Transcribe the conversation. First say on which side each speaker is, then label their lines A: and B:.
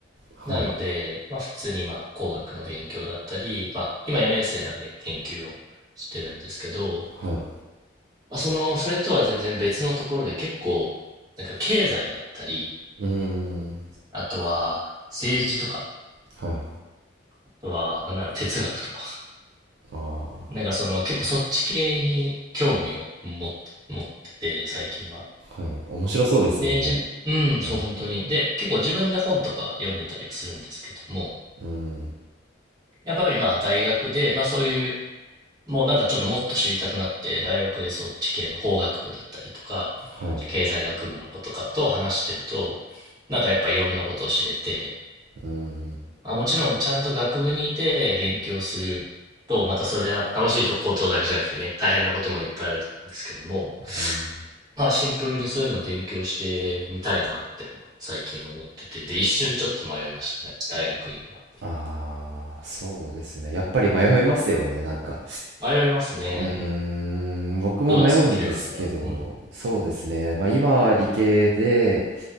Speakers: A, on the right; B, on the right.
A: はい。
B: なので、まあ、普通にまあ工学の勉強だったり、まあ、今4年生なので研究をしてるんですけど、
A: はい。
B: まあ、その、それとは全然別のところで結構、なんか経済だったり、
A: うーん。
B: あとは政治とか、
A: はい。
B: あとは、なんなら哲学とか、
A: あ
B: <laughs> なんかその結構そっち系に興味を持って持ってて、最近は。
A: あ、はい。面白そうですもんね。
B: で、自分、うん、そう、
A: はい。
B: 本当に。で、結構自分で本とか読んでたりはするんですけども、
A: うん。
B: やっぱりまあ大学で、まあそういう、もうなんかちょっともっと知りたくなって、大学でそっち系の法学部だったりとか、
A: はい。
B: 経済学部の子とかと話してると、なんかやっぱいろんなことを知れて、
A: うん。
B: あ、もちろんちゃんと学部にいて勉強すると、またそれは楽しいことだけじゃなくてね、大変なこともいっぱいあると思うんですけども、
A: うん。
B: まあシンプルにそういうのを勉強してみたいなってのは最近思ってて、で、一瞬ちょっと迷いましたね、大学院は。
A: ああ、そうですね。やっぱり迷いますよね。なんか。
B: 迷いますね。
A: うーん、僕も迷うんですけど、
B: どうですか、慶吾さんは。うん。
A: そうですね。まあ今は理系で、